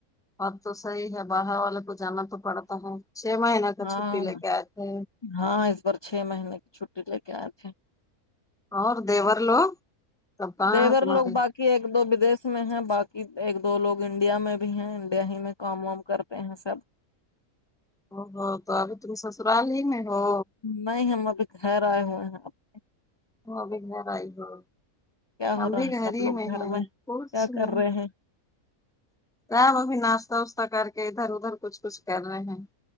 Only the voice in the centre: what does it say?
بات تو صحیح ہے باہر والے کو جانا تو پڑتا ہے چھ مہینے تب
چھٹی لے کے آتے
اور دیور لوگ تب کہاں
ہے تمہارے
اوہو تو ابھی تم سسرال ہی میں ہو
او ابھی گھر ائی ہو
ابھی
گھر ہی
میں
ہیں کچھ
نہیں
رہ وہ بھی ناشہ وشتا کر کے ادھر ادھر کچھ کچھ کر رہے ہیں